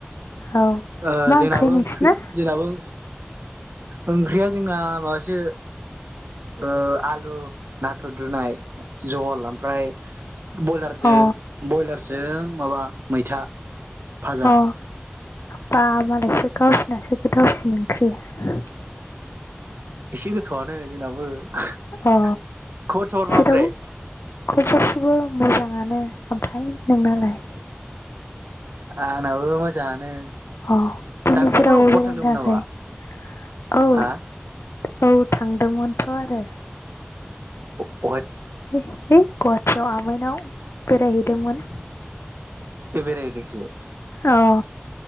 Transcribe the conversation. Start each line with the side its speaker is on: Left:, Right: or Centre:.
Left: औ
Right: ओ
Left: मा
Right: जोंनाबो
Left: नोंसिना
Right: ओंख्रि जोंनाबो ओंख्रिया जोंना माबासो ओ आलु नाथुर रुनाय जहल, ओमफ्राय बयलारजो
Left: अ
Right: बयलार, जों माबा मैथा फाजा
Left: अ बा मालायसो गावसिनासो गोथावसिन ओंख्रिया
Right: एसे गोथौआनो जोंनाबो ख'बर
Left: अ
Right: स'बर
Left: जेराव
Right: माब्रै,
Left: ख'बर स'बर मोजाङानो ओमफ्राय नोंनालाय?
Right: आंनाबो मोजाङानो।
Left: अ दिनै
Right: दाख्लैफोर
Left: जेरावबो
Right: अबेबा
Left: बेरायनो
Right: थांदोंमोन नामा
Left: थाङायै औ
Right: हा
Left: औ थांदोंमोनथ' आरो
Right: औ
Left: है गुवाहाट टियाव आमाइनाव बेरायहैदोंमोन
Right: ए बेरायहैदोंसो
Left: औ